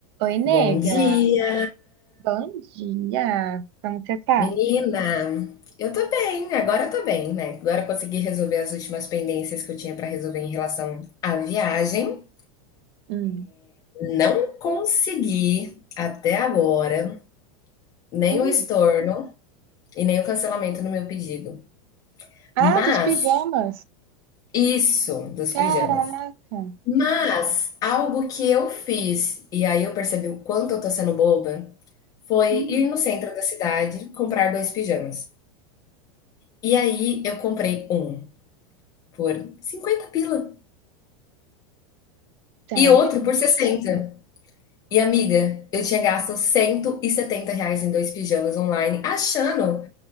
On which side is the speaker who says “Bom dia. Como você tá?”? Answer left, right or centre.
Right